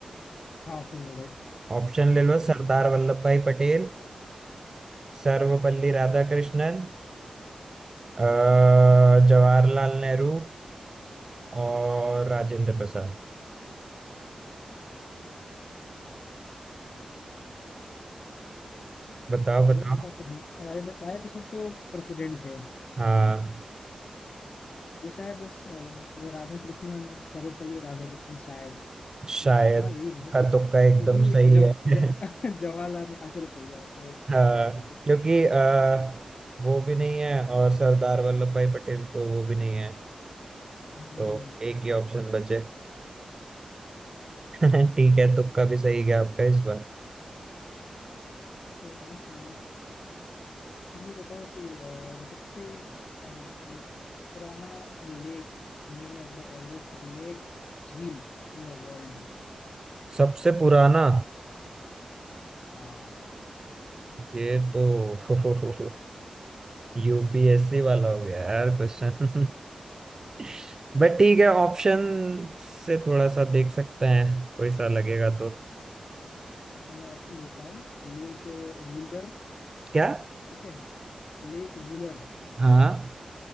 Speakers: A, on the left; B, on the right.
A: हाँ ऑप्शन दो भाई
B: ऑप्शन ले लो सरदार वल्लभ भाई पटेल सर्वपल्ली राधाकृष्णन अ, जवाहरलाल नेहरू और राजेंद्र प्रसाद बताओ बताओ
A: राजेंद्र प्रसाद तो हैं राजेंद्र राजेंद्र प्रसाद तो प्रेसिडेंट थे
B: हाँ
A: ये शायद अ, वो राधा कृष्णन सर्वपल्ली राधा कृष्णन शायद
B: शायद
A: हाँ यही
B: का तुक्का एकदम
A: देखिए
B: सही
A: जव,
B: है <laughs>
A: ज, <laughs> जवाहरलाल ने- हाँ चलो सही है ओ, सही
B: हाँ
A: है
B: क्योंकि अ, वो भी नहीं है और सरदार वल्लभ भाई पटेल तो वो भी नहीं है
A: हम्म,
B: तो एक ही ऑप्शन बचे <laughs> ठीक है तुक्का भी सही गया आपका इस बार
A: चलो सही है तो ये बताओ कि अ, सबसे अ, पुराना lake name of the oldest lake झील इन द वर्ल्ड
B: सबसे पुराना
A: हाँ
B: ये तो <laughs> यूपीएससी वाला हो गया यार क्वेश्चन <laughs> बट ठीक है ऑप्शन से थोड़ा सा देख सकते हैं कोई सा लगेगा तो
A: तो मैं ऑप्शन देता हूँ लेक वुलर
B: क्या
A: ठीक है lake Wular
B: हाँ